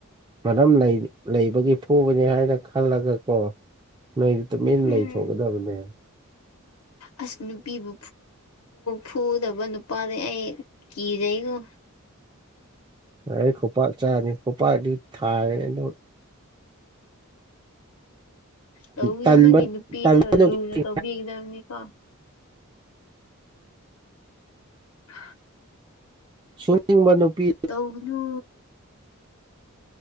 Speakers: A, on the right; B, on the left.
A: ꯃꯔꯝ ꯂꯩꯕꯒꯤ ꯐꯨꯕꯅꯦ ꯍꯥꯏꯅ ꯈꯜꯂꯒ ꯀꯣ ꯅꯣꯏꯗꯤ ꯇꯨꯃꯤꯟꯅ
B: ꯎꯝ
A: ꯂꯩꯊꯣꯛꯒꯗꯕꯅꯦ
B: ꯑꯁ ꯅꯨꯄꯤꯕꯨ ꯐꯨꯗꯕ ꯅꯨꯄꯥꯗꯤꯩ ꯑꯩ ꯀꯤꯖꯩꯉꯣ
A: ꯑꯩ ꯈꯨꯄꯥꯛ ꯆꯥꯔꯅꯤ ꯈꯨꯄꯥꯛꯗꯤ ꯊꯥꯔꯅ
B: ꯇꯧꯗꯣ
A: ꯇꯟꯕ
B: ꯅꯪꯒꯤ ꯅꯨꯄꯤꯗ
A: ꯇꯟꯕ ꯅꯨꯄꯤ
B: ꯂꯨꯅ ꯇꯧꯕꯤꯒꯗꯕꯅꯤꯀꯣ ꯑ
A: ꯁꯨꯅꯤꯡꯕ ꯅꯨꯄꯤ
B: ꯇꯧꯒꯅꯨ